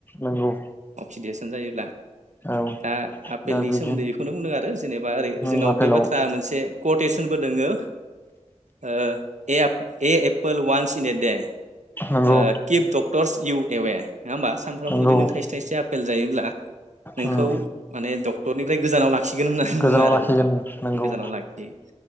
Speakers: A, on the left (about 15°); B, on the right (about 75°).
A: नोंगौ।
B: अक्सिडेसन जायोब्ला
A: औ
B: दा आपेलनि
A: दा बेनो
B: सोमोन्दै बेखौनो बुंदों आरो जेनेबा ओरै
A: उम
B: जोंनाव
A: आफेलाव
B: बे बाथ्रा मोनसे कटेसनबो दोङो। ओ आ ए एप्पल वानस इन ए दे
A: नंगौ
B: ओ किफ दक डक्टरस इउ एवे नङा होमबा सानफ्रामबो
A: नंगौ
B: जुदि नों थाइसे थाइसे आपेल जायोब्ला नोंखौ
A: उम
B: माने डक्टरनिफ्राय गोजानाव ला खिगोन होननानै
A: गोजानाव
B: बुङो आरो
A: लाखिगोन
B: नोंथां
A: नंगौ
B: गोजानाव लाखियो